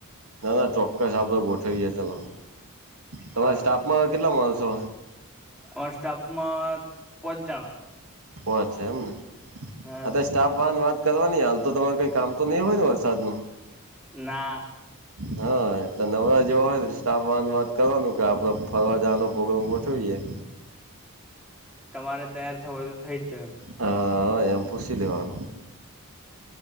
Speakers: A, on the right (about 70°); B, in the centre.
A: ના ના ચોક્કસ આપડે ગોઠવીએ ચલો તમારે
B: હારું
A: સ્ટાફ માં કેટલા માણસો
B: અ સ્ટાફમાં પચ જણ
A: ઓ છે એમને
B: હ
A: અ સ્ટાફ વાન વાત કરવાની હાલ તો તમારે કઈ કામ તો નહીં હોય ને વરસાદ ન
B: ના
A: હા નવરા જેવા હોય સ્ટાફ વા વાત કરવાનું કે આપડે ફરવા જવાનો પ્રોગ્રામ ગોઠવીયએ
B: તમારે તૈયાર થવું હોય તો થઈ જ જો એમ
A: હ એમ પુછ લવાનું